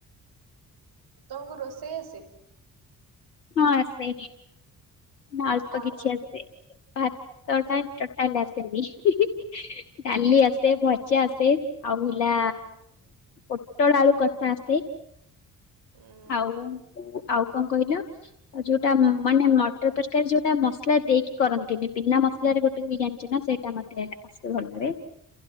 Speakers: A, on the right (about 50°); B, on the left (about 85°).
A: ତମକୁ ରୋଷେଇ ଆସେ?
B: ହଁ ଆସେ। ନା ଅଳ୍ପ
A: କଣ
B: କିଛି
A: କଣ?
B: ଆସେ ଭାତ
A: ଆଛା
B: ଟା ଟଟାଲି ଆସେ ଡାଲି ଆସେ ଭଜା ଆସେ ଆଉ ହେଲା ପଟଳ ଆଳୁ କସ ଆସେ
A: ହୁଁ
B: ଆଉ ଆଉ କଣ କହିଲ ଯୋଉଟା ମାନେ ମଟର ତରକାରୀ ଯୋଉଟା ମସଲା ଦେଇକି କରନ୍ତିନି ପନା ମସଲାରେ ଗୋଟେ ବିରି ଜଛି ନା ସେଇଟା ମାତେ ଆସେ ଭଲରେ